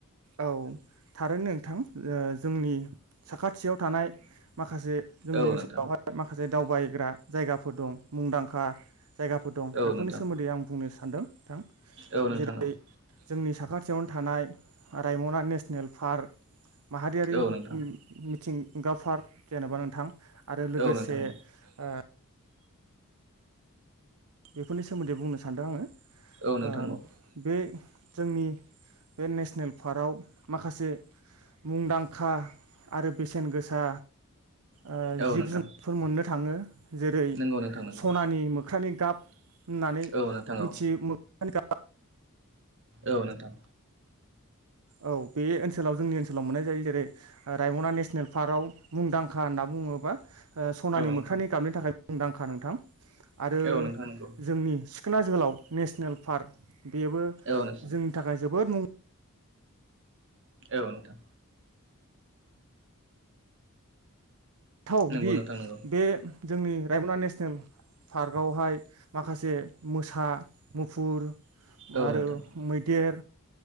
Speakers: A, on the right; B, on the right.
A: औ थारैनो नोंथां ओ जोंनि साखाथियाव थानाय माख खासे जोंनि
B: औ
A: ओनसोलावहाय
B: नोंथां
A: माखासे दावबायग्रा जायगाफोर दं मुंदांखा जायगाफोर दं
B: औ
A: बेफोरनि
B: नोंथां
A: सोमोन्दै आं बुंनो सानदों नोंथां
B: औ नोंथां
A: जेरै
B: औ
A: जोंनि साखाथियावनो थानाय रायमना नेसनेल पार्क माहारियारि
B: औ
A: मि-मिथिंगा
B: नोंथां
A: पार्क जेनेबा नोंथां आरो लोगोसे
B: औ नोंथां औ
A: ओ बेफोरनि सोमोन्दै बुंनो सानदों आंङो
B: औ नोंथां
A: ओ
B: औ
A: बे जोंनि बे नेसनेल पार्कआव माखासे मुंदांखा आरो बेसेन गोसा ओ
B: औ
A: जिब
B: नोंथां
A: जुनारफोर मोननो थाङो जेरै
B: नंगौ नोंथां नंगौ
A: सनानि मोख्रानि गाब होननानै
B: औ नोंथां
A: मिथियो
B: औ
A: मोख्रानि गाब
B: औ नोंथां।
A: औ बे ओनसोलाव जोंनि ओनसोलाव मोननाय जायो जेरै रायमना नेसनेल पार्कआव मुंदांखा होनना बुङोबा सनानि
B: औ नोंथां
A: मोख्रानि गाबनि थाखाय मुंदांखा नोंथां आरो
B: औ नोंथां नंगौ
A: जोंनि सिखोना जोहोलाव नेसनेल पार्क बेबो
B: औ नोंथां
A: जोंनि थाखाय जोबोद मुं
B: औ नोंथां।
A: थावदि
B: नंगौ नोंथां नंगौ
A: बे जोंनि रायमना नेसनेल पार्कआवहाय माखासे मोसा मुफुर
B: औ
A: आरो
B: नोंथां
A: मैदेर